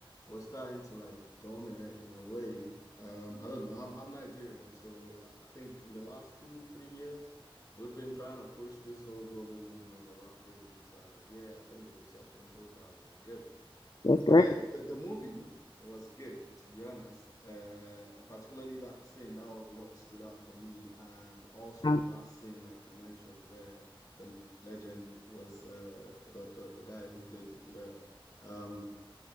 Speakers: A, on the left; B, on the left.
A: we're starting to like dominate in a way. Um, I don't know. I'm I'm Nigerian, so I I think in the last two, three years, we've been trying to push this whole global movement of Afrobeats, and yeah, I think the reception so far has been good.
B: That's great.
A: But yeah, the, the movie was good, to be honest. Uh, particularly that scene, that was what stood out for me. And also
B: Yeah.
A: the last scene, like you mentioned, where the legend was uh, the, the, the guy who played the guitar. Um,